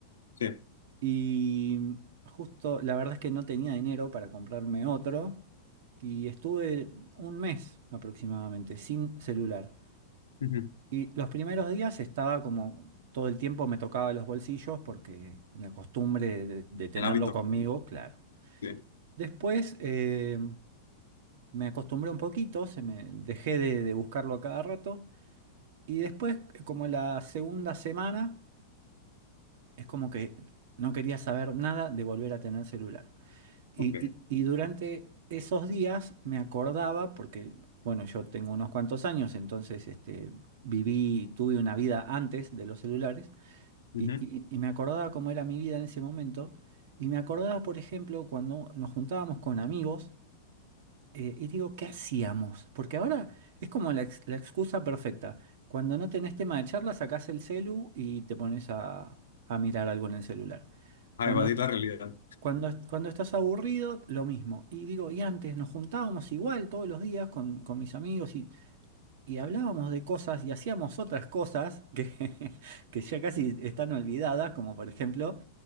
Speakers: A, on the left; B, on the right.
A: Sí.
B: Y justo, la verdad es que no tenía dinero para comprarme otro y estuve un mes aproximadamente sin celular.
A: Ujú.
B: Y los primeros días estaba como todo el tiempo me tocaba los bolsillos porque la costumbre de, de tenerlo
A: El hábito.
B: conmigo, claro.
A: Sí.
B: Después eh, me acostumbré un poquito, se me dejé de, de buscarlo a cada rato y después como la segunda semana es como que no quería saber nada de volver a tener celular. Y,
A: Ok.
B: y- y durante esos días me acordaba, porque, bueno, yo tengo unos cuantos años, entonces este, viví, tuve una vida antes de los celulares,
A: Ujú.
B: y, y- y me acordaba cómo era mi vida en ese momento, y me acordaba, por ejemplo, cuando nos juntábamos con amigos eh, y digo, ¿qué hacíamos? Porque ahora es como la, ex- la excusa perfecta. Cuando no tenés tema de charla, sacás el celu y te pones a, a mirar algo en el celular.
A: A
B: Cuando,
A: evadir la realidad
B: cuando, cuando estás aburrido, lo mismo. Y digo, y antes nos juntábamos igual todos los días con, con mis amigos y, y hablábamos de cosas y hacíamos otras cosas que, <laughs> que ya casi están olvidadas, como por ejemplo